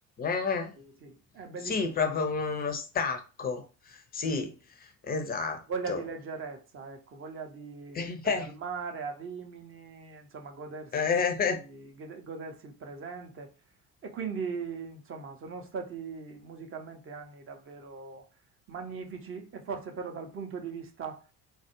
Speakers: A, on the left; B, on the right.
A: Eh,
B: Eh, sì, è bellissimi
A: sì, proprio
B: titoli.
A: uno stacco. Sì, esatto.
B: Voglia di leggerezza, ecco, voglia di,
A: <laughs>
B: di andare al mare, a Rimini, insomma, godersi,
A: Eh, eh,
B: gode- godersi il presente. E quindi, insomma, sono stati musicalmente anni davvero magnifici e forse però dal punto di vista,